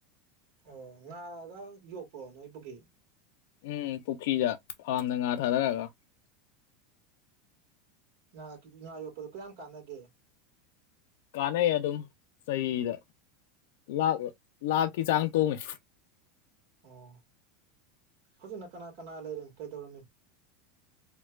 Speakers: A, on the right; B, on the left.
A: ꯑꯣ ꯉꯥ <unintelligible> ꯌꯣꯛꯄ꯭ꯔꯣ ꯅꯣꯏꯄꯨꯈꯤ
B: ꯎꯝ ꯄꯨꯈ꯭ꯔꯤꯗ ꯐꯥꯔꯝꯗ ꯉꯥ ꯊꯥꯗꯔꯒ
A: ꯑꯣ ꯉ ꯉꯥ ꯌꯣꯛꯄꯗꯨ ꯀꯌꯥꯝ ꯀꯥꯟꯅꯒꯦ
B: ꯀꯥꯟꯅꯩ ꯑꯗꯨꯝ ꯆꯍꯤꯗ ꯂꯥꯛ ꯂꯥꯛꯀꯤ ꯆꯥꯡ ꯇꯣꯡꯉꯦ
A: ꯑꯣ ꯍꯧꯖꯤꯛꯅ ꯀꯅꯥ ꯀꯅꯥ ꯂꯩꯔꯤ ꯀꯩꯗꯧꯔꯝꯃꯤ